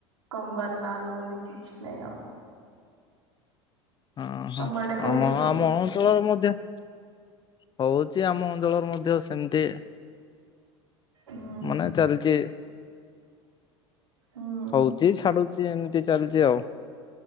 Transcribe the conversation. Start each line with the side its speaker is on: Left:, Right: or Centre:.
Right: କମ୍ବାର୍ ନା ନଉନି କିଛି ନହିଁ ଆଉ।
Left: ହଁ
Right: ତମ
Left: ହଁ
Right: ଆଡେ ହଉନାହିଁ
Left: ଆମ
Right: କି?
Left: ଆମ ଅଞ୍ଚଳରେ ମଧ୍ୟ। ହଉଛି ଆମ ଅଞ୍ଚଳର ମଧ୍ୟ ସେମିତି
Right: ହୁଁ
Left: ମାନେ ଚାଲିଛି।
Right: ହୁଁ
Left: ହଉଛି ଛାଡୁଛି ଏମିତି ଚାଲିଛି ଆଉ।